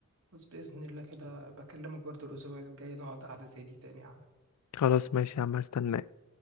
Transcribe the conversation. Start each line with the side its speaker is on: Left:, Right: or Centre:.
Right: بس بإذن الله كده بكلمك برضو الأسبوع الجاي نقعد قعدة زي دي تاني يا عم
Left: خلاص ماشي يا عم هستناك